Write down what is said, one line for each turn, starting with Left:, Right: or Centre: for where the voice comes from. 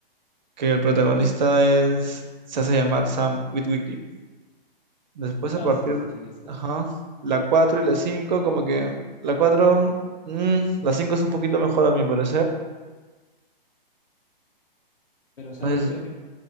Right: que el protagonista es, se hace llamar Sam Witwicky. Después a
Left: Ah,
Right: partir,
Left: sí, sí, he visto.
Right: ajá, la 4 y la 5 como que la 4 mm, la 5 es un poquito mejor a mi parecer.
Left: Pero ¿sabes
Right: No sé
Left: qué?
Right: si-
Left: A mí,